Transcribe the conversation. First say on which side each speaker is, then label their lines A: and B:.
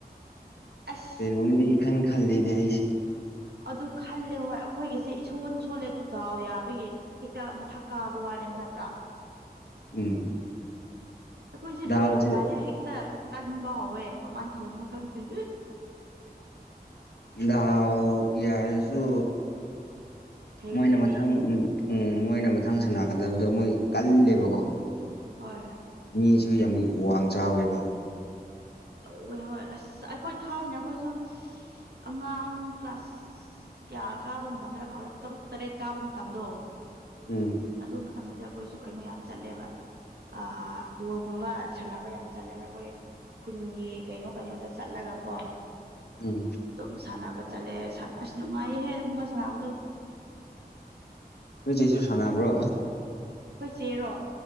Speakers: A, on the right; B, on the left.
A: ꯑꯁ
B: ꯀꯩꯅꯣꯝꯗꯤ ꯏꯈꯥꯟ ꯈꯜꯂꯤꯅꯦ ꯑꯩꯁꯦ
A: ꯑꯗꯨ ꯈꯜꯂꯦ ꯍꯣꯏ ꯑꯩꯈꯣꯏꯒꯤꯁꯦ ꯏꯁꯣꯟ ꯁꯣꯜꯂꯦ ꯑꯗꯨ ꯗꯥꯎ ꯌꯥꯕꯒꯤ ꯍꯦꯛꯇ ꯃꯊꯛ ꯀꯥꯕ ꯋꯥꯅꯦꯕ ꯅꯠꯇ꯭ꯔꯥ
B: ꯎꯝ
A: ꯑꯩꯈꯣꯏꯁꯦ
B: ꯗꯥꯎꯁꯦ
A: ꯂꯣꯏꯔꯝꯗꯥꯏꯗ ꯍꯦꯛꯇ ꯀꯟꯕ ꯍꯧꯋꯦ ꯀꯃꯥꯏꯅ ꯇꯧꯅꯣ ꯈꯪꯗꯦ
B: ꯥꯗꯥꯎ ꯌꯥꯔꯁꯨ
A: ꯍꯩꯇ꯭ꯔꯗꯤ
B: ꯃꯣꯏꯅ ꯃꯊꯪ ꯎꯝ ꯃꯣꯏꯅ ꯃꯊꯪ ꯁꯥꯟꯅꯥꯒꯗꯕꯗꯣ ꯃꯣꯏ ꯀꯜꯂꯦꯕꯀꯣ
A: ꯍꯣꯏ
B: ꯃꯤꯁꯨ ꯌꯥꯝ ꯋꯥꯡ ꯆꯥꯎꯋꯦꯕ
A: ꯇꯧꯋꯦ ꯍꯣꯏ ꯑꯁ ꯑꯩꯈꯣꯏ ꯊꯥꯏꯅ ꯑꯩꯈꯣꯏꯁꯨ ꯑꯉꯥꯡ ꯀ꯭ꯂꯥꯁ ꯀꯌꯥ ꯀꯥꯕ ꯃꯇꯝꯗꯅ ꯀꯥꯎꯂꯦ ꯇꯔꯨꯛ ꯇꯔꯦꯠ ꯆꯥꯕ ꯃꯇꯝꯗꯣ
B: ꯎꯝ
A: ꯑꯗꯨ ꯃꯇꯝꯗꯗꯤ ꯑꯩꯈꯣꯏꯁꯨ ꯀꯩꯅꯣ ꯌꯥꯝ ꯆꯠꯂꯦꯕ ꯑꯥ ꯕꯣꯜꯒꯨꯝꯕ ꯁꯥꯟꯅꯕ ꯌꯥꯝ ꯆꯠꯂꯦꯕ ꯑꯩꯈꯣꯏ ꯈꯨꯟꯒꯤ ꯀꯩꯅꯣ ꯀꯩꯅꯣꯗ ꯆꯠꯂꯒꯀꯣ
B: ꯎꯝ
A: ꯑꯗꯨꯝ ꯁꯥꯟꯅꯕ ꯆꯠꯂꯦ ꯑꯁ ꯅꯨꯡꯉꯥꯏꯌꯦꯍꯦ ꯑꯗꯨꯒꯨꯝꯕ ꯁꯥꯟꯅꯕꯗꯣ
B: ꯅꯣꯏ ꯆꯦꯁꯨ ꯁꯅꯕꯔꯣ
A: ꯑꯩꯈꯣꯏ ꯆꯦꯔꯣ